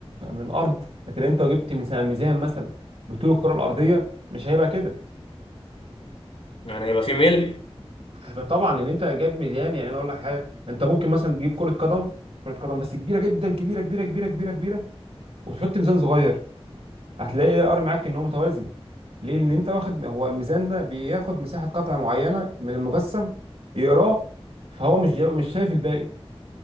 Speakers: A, on the right (about 75°); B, on the left (about 65°).
A: من الارض لكن انت لو جبت ميزان ميزان مثلا بطول الكرة الارضية مش هيبقى كده
B: يعني هيبقى فيه ميل
A: فطبعا ان انت جايب ميزان يعني انا اقول لك حاجة انت ممكن مثلا تجيب كرة قدم كرة قدم بس كبيرة جدا كبيرة كبيرة كبيرة كبيرة كبيرة وتحط ميزان صغير هتلاقي الار معاك ان هو متوازن ليه لان انت واخد هو الميزان ده بياخد مساحه قطعه معينه من المجسم يقراه فهو مش جا- مش شايف الباقي